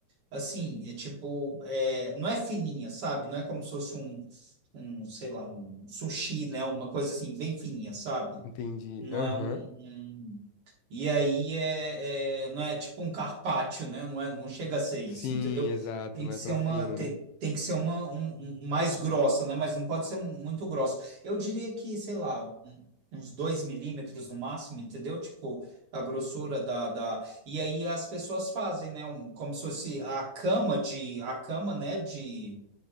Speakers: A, on the right (about 55°); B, on the left (about 85°).
A: assim, é tipo, é, não é fininha, sabe? Não é como se fosse um, um, sei lá, um sushi, né? Uma coisa assim, bem fininha, sabe?
B: Entendi.
A: Não
B: Aham.
A: é um, um- e aí é, é- não é tipo um carpaccio, né? Não é, não chega a ser isso,
B: Sim,
A: entendeu?
B: exato,
A: Tem
B: não
A: que
B: é
A: ser
B: tão
A: uma
B: fino,
A: te-
B: né?
A: tem, que ser uma um- um um mais grossa, né? Mas não pode ser muito grossa. Eu diria que, sei lá, um- uns dois milímetros no máximo, entendeu? Tipo a grossura da, da... E aí as pessoas fazem, né? Um, como se fosse a cama de a cama, né? De,